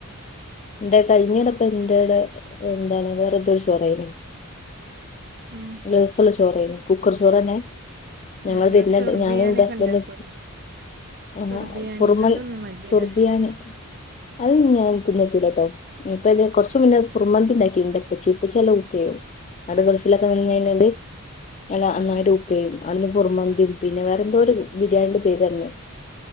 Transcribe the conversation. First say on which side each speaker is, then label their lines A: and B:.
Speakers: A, on the left; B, on the right.
A: എന്റെ കഴിഞ്ഞടപ്പ എന്റെടെ എന്താണ് വേറെന്തോ ചോറയ
B: ഉം
A: രസുള്ള ചോറനി കുക്കർ ചോറന്നെ ഞങ്ങ
B: ഉം ഉം
A: വരുന്ന
B: സുർബിയാനൊക്കെ
A: ഞാനും ഉസ്ബ
B: ഇണ്ടാക്കൂലേ
A: ആഹ
B: സുർബിയാനി
A: ഫുർമൽ
B: അതൊന്നും വല്യ
A: സുർബിയണി
B: രസ
A: അത് ഞാൻ തിന്നോക്കല കേട്ടോ ഇപ്പൊ ഇ കൊറച്ചുന്നെ കുർമന്തിണ്ട പച്ചി ഇപ്പൊ ചല ഉക്കയോ അവിടെ ഗൾഫിലൊക്കെ
B: ആ ആ
A: വന്ന കഴിഞ്ഞാല് ഞ നന്നായിട്ട്
B: ആ ആ
A: ഉപ്പയും അവിന്ന് പുറമന്തിയും പിന്നെ വേറെ എന്തോ ഒരു ബിരിയാണിയുടെ പേര് തെ